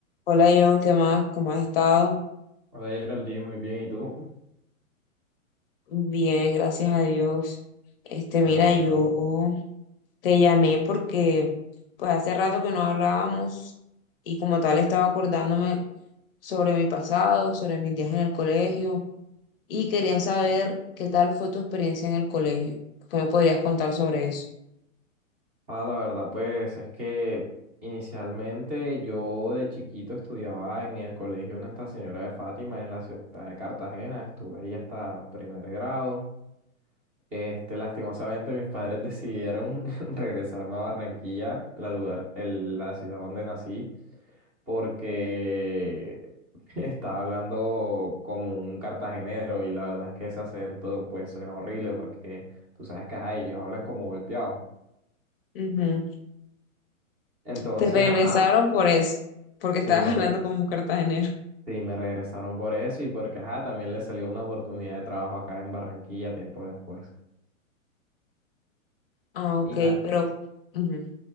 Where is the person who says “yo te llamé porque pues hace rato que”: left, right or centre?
Left